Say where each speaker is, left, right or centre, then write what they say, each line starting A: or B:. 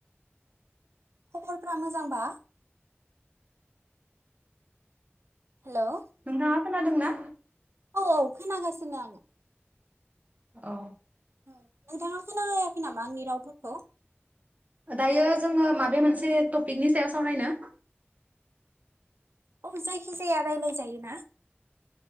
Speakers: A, on the right; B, on the right.
A: खबरफ्रा मोजांबा? हेल'
B: नोंथाङा खोनादोंना?
A: औ औ खोनागासिनो आं।
B: औ
A: नोंथाङा खोनायाखै नामा आंनि रावफोरखौ?
B: दायो जोङो माबे मोनसे टपिकनि सायाव सावरायनो?
A: औ जायखि जाया रायलाय जायोना?